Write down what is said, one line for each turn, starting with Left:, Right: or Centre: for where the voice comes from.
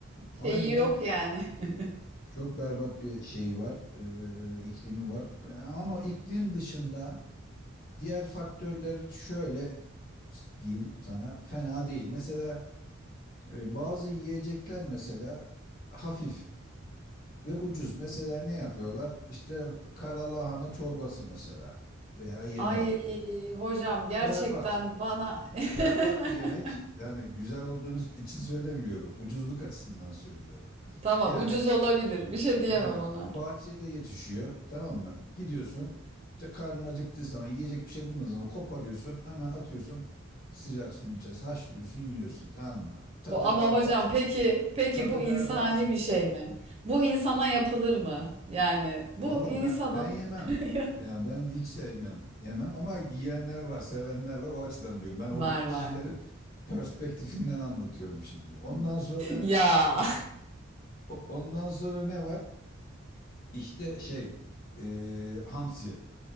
Right: Şeyi
Left: Aynen
Right: yok yani. <laughs>
Left: çok berbat bir şey var. ee, iklimi var. Ee, Ama iklim dışında diğer faktörler şöyle diyeyim sana fena değil. Mesela e, bazı yiyecekler mesela hafif ve ucuz. Mesela ne yapıyorlar? İşte kara lahana çorbası mesela veya yemeği.
Right: Ay hocam gerçekten
Left: Berbat.
Right: bana
Left: Berbat
Right: <laughs>
Left: bir yemek. yani güzel olduğunuz için söylemiyorum. Ucuzluk açısından söylüyorum.
Right: tamam
Left: Yani
Right: ucuz olabilir bir şey diyemem
Left: yani
Right: ona.
Left: bahçede yetişiyor tamam mı? Gidiyorsun ca- karnın acıktığı zaman yiyecek bir şey bulmadığın zaman koparıyorsun hemen atıyorsun sıcak suyun içerisine haşlıyorsun yiyorsun tamam mı? Tadı
Right: Bu ama
Left: berbat.
Right: hocam peki peki
Left: Tadı
Right: bu insani
Left: berbat.
Right: bir şey mi? Bu insana yapılır mı? Yani bu
Left: Valla
Right: insanın
Left: ben ben yemem.
Right: <laughs>
Left: Yani ben hiç sevmem, yemem ama yiyenler var, sevenler var. O açıdan diyorum. Ben oradaki
Right: var var.
Left: kişilerin <laughs> perspektifinden anlatıyorum şimdi. Ondan sonra
Right: Ya
Left: O- Ondan sonra ne var? İşte şey eee, hamsi.